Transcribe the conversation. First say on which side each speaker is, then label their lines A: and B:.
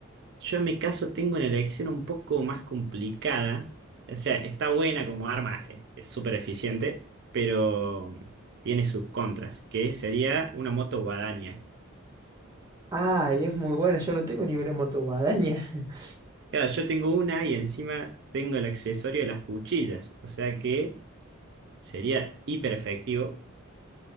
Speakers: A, on the right; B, on the right.
A: Yo en mi caso tengo una elección un poco más complicada. O sea, está buena como arma, eh, es súper eficiente, pero tiene sus contras, que sería una moto guadaña.
B: Ah, es muy buena, yo no tengo ni una motoguadaña. <laughs>
A: Claro, yo tengo una y encima tengo el accesorio de las cuchillas, o sea que sería hiper efectivo,